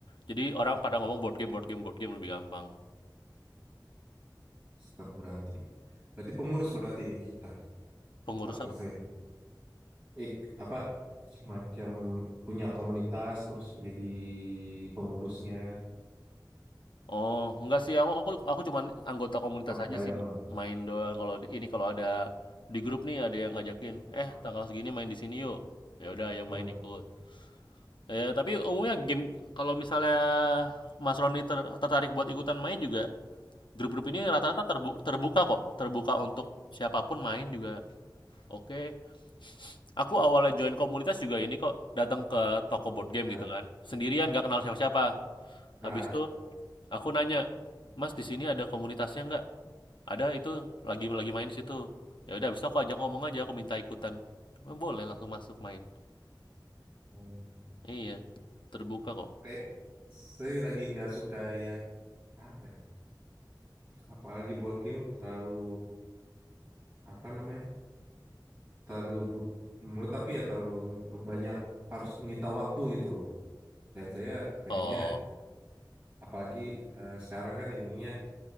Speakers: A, on the left (about 85°); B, on the right (about 20°).
A: jadi orang
B: hmm,
A: pada ngomong board game board game board game lebih gampang.
B: master berarti berarti pengurus berarti ini kita
A: Pengurus
B: Pak Kesen
A: apa?
B: eh, apa semacam punya komunitas terus menjadi pengurusnya
A: Oh, enggak sih aku aku aku cuman anggota komunitas
B: top
A: aja
B: player
A: sih,
B: doang
A: main doang kalau di ini kalau ada di grup nih ada yang ngajakin,
B: Hmm.
A: "Eh, tanggal segini main di sini yuk." Ya udah ayo
B: Hmm.
A: main ikut. Ya, tapi umumnya game kalau misalnya Mas Roni ter- tertarik buat ikutan main juga, grup-grup ini rata-rata terbu- terbuka kok, terbuka untuk siapapun main juga. Oke. Aku awalnya join komunitas juga ini kok, datang ke toko board game
B: Nah,
A: gitu kan. Sendirian nggak kenal siapa-siapa.
B: nah,
A: Habis itu aku nanya, "Mas, di sini ada komunitasnya nggak?" "Ada, itu lagi lagi main di situ." Ya udah, habis itu aku ajak ngomong aja, aku minta ikutan. "Oh, Boleh langsung masuk main.
B: hmm,
A: Iya, terbuka kok.
B: saya, saya lagi nggak suka ya apa ya? Apalagi board game terlalu apa namanya? Terlalu but, menurut aku ya terlalu banyak harus menyita waktu gitu loh. Dan saya pengennya
A: Oh,
B: apalagi eh, sekarang kan ininya